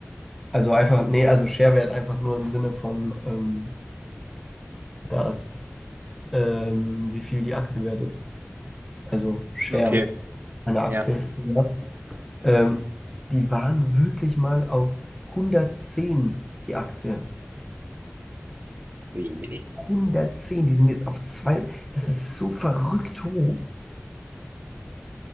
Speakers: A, in the centre; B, on the right.
A: Also einfach, nee, also Sharewert einfach nur im Sinne von, ähm, dass, ähm, wie viel die Aktie wert ist. Also Share
B: Okay,
A: eine Aktie
B: ja,
A: wert. Ähm, die waren wirklich mal auf hundertzehn die Aktie.
B: Jemini.
A: hundertzehn, die sind jetzt auf zwei, das ist so verrückt hoch.